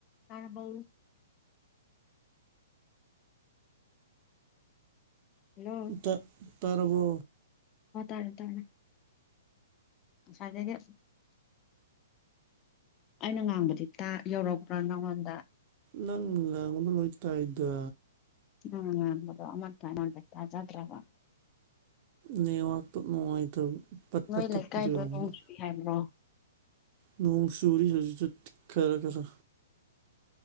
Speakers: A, on the left; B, on the right.
A: ꯇꯥꫪꯕꯧ hello
B: ꯇ ꯇꯥꯔꯕꯣ
A: ꯑꯣ ꯇꯥꯔꯦ ꯇꯥꯔꯦ ꯉꯁꯥꯏꯗꯒꯤ ꯑꯩꯅ ꯉꯥꯡꯕꯗꯤ ꯇ ꯌꯧꯔꯛꯄ꯭ꯔꯥ ꯅꯪꯉꯣꯟꯗ
B: ꯅꯪ ꯉꯥꯡꯕꯗꯤ ꯂꯣꯏꯇꯥꯏꯗ
A: ꯑꯪꯅ ꯉꯥꯡꯕꯗꫭ ꯑꯃꯅꯥ ꯇꯥꯏ ꯆꯥꯗ꯭ꫪꯕꫭ
B: ꯅ‌ꯦꯋꯥꯛꯇꫭ ꯅꯨꯡꯉꯥꯏꯇꯕ ꯄꯠ
A: ꯅꯣꯏ
B: ꯄꯇ ꯇꯞꯄꯥꯗꯨꯏ
A: ꯂꯩꯀꯥꯏꯗꯣ
B: ꯑꫭꯏꫪꯝꯒꯤ
A: ꯅꯣꯡ ꯆꯨꯏ ꯍꯥꯏꯕ꯭ꯔꯣ
B: ꯅꯣꯡ ꯆꯨꯔꯤ ꯍꯧꯖꯤꯛꯁꯨ ꯈꯔ ꯈꯔ